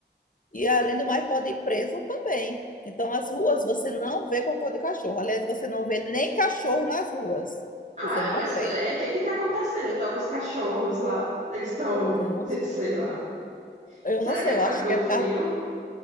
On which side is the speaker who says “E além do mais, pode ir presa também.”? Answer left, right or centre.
Left